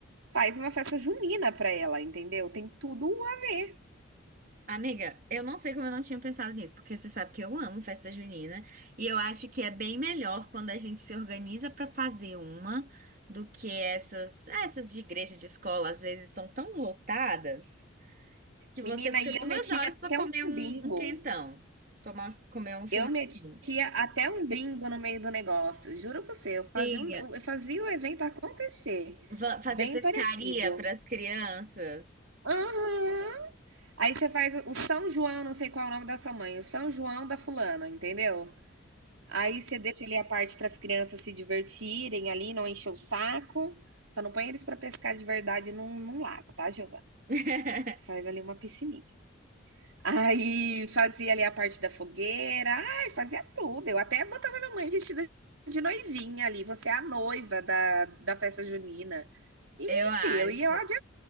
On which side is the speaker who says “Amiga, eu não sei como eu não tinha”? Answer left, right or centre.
Right